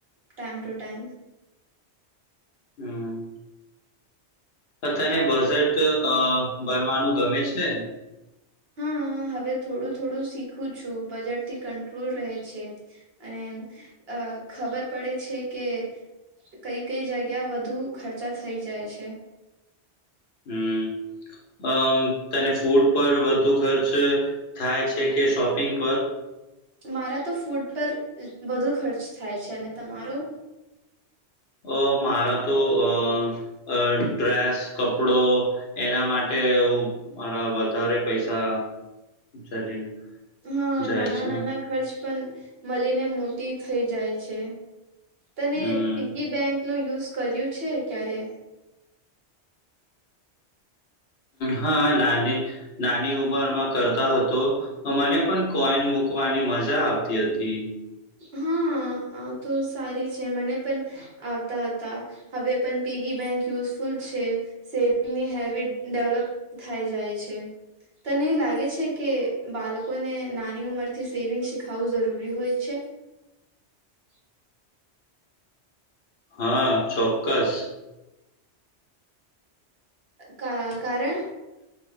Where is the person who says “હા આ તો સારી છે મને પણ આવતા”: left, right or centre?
Right